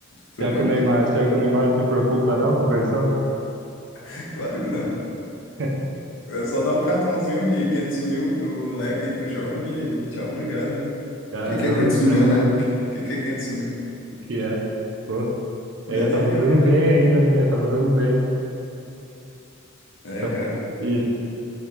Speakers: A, on the left; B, on the right.
A: Você
B: Será
A: pode
B: que o Neymar,
A: tudo.
B: será que o Neymar não se preocupa não com pensão?
A: <laughs> Claro que não.
B: <laughs>
A: É só dar um cartãozinho de 500 mil pro moleque e pro jovem e tchau, obrigado. O
B: Caramba,
A: que que é 500 mil,
B: hein?
A: né? O que que é 500 mil?
B: O que é? Pô, eu
A: Não
B: ia
A: é nem
B: tá
A: meio
B: fazendo
A: milhão.
B: bem ainda, né? Ia tá fazendo bem.
A: É,
B: Tá.
A: cara.
B: E